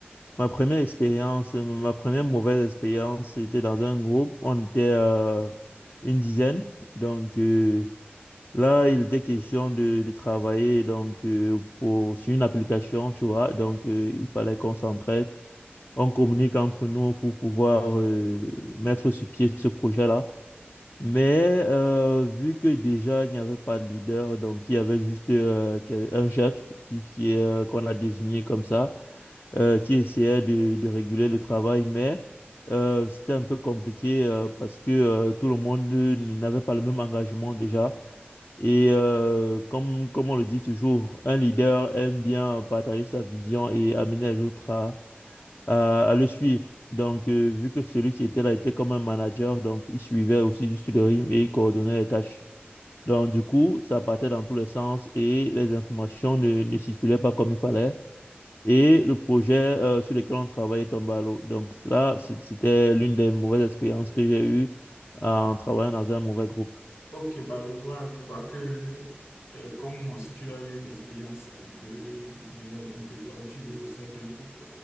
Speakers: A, on the left; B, on the left.
A: ma première expérience, euh, ma première mauvaise expérience, c'était dans un groupe, on était euh, une dizaine. Donc, euh, Là, il était question de, de travailler donc euh, pour, sur une application, tu vois. Donc, euh, il fallait qu'on s'entraide, on communique entre nous pour pouvoir euh, mettre sur pied ce projet-là. Mais euh, vu que déjà il n'y avait pas de leader, donc il y avait juste euh, quel- un chef qui, qui est, euh, qu'on a désigné comme ça, euh, qui essayait de, de réguler le travail, mais euh, c'était un peu compliqué euh, parce que euh, tout le monde euh, n'avait pas le même engagement déjà. Et euh, comme, comme on le dit toujours, un leader aime bien partager sa vision et amener les autres à, à, à le suivre. Donc, euh, vu que celui qui était là était comme un manager, donc il suivait aussi juste le rythme et il coordonnait les tâches. Donc, du coup, ça partait dans tous les sens et les informations ne, ne circulaient pas comme il fallait. Et le projet euh, sur lequel on travaillait tombait à l'eau. Donc, là, c'est- c'était l'une des mauvaises expériences que j'ai eues en travaillant dans un mauvais groupe.
B: Ok, bah je vois, je vois que euh, comme si tu as eu une expérience un peu, je dirais, un peu tordue au sein d'un groupe,